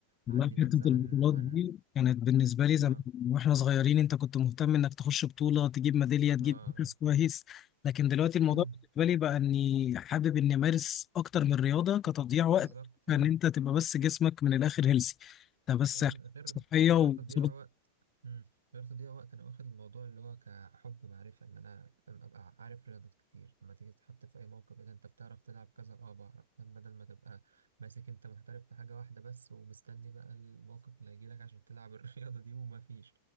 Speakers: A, on the left; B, on the right.
A: والله
B: عندي نبذه
A: حتة
B: عن
A: البطولات
B: عن
A: دي كانت بالنسبة لي زمان
B: اه
A: واحنا صغيرين انت كنت مهتم انك تخش بطولة تجيب ميدالية تجيب
B: اه,
A: مركز
B: آه.
A: كويس لكن دلوقتي الموضوع
B: <coughs>
A: بالنسبة لي بقى اني حابب اني امارس اكتر من رياضة كتضييع
B: <clears throat>
A: وقت
B: بالظبط
A: ان
B: آه.
A: انت تبقى بس جسمك من الاخر هيلسي ده بس
B: كمان غير
A: صحية وظبط
B: غير التضييع امم رياضة دي وقت انا واخد الموضوع اللي هو كحب معرفة ان انا فاهم، ابقى عارف رياضات كتير لما تيجي تتحط في اي موقف إيه ده انت بتعرف تلعب كذا اه بعرف فاهم بدل ما تبقى ماسك انت محترف في حاجة واحدة بس ومستني بقى الموقف اللي هيجيلك عشان تلعب <laughs> الرياضة دي وما فيش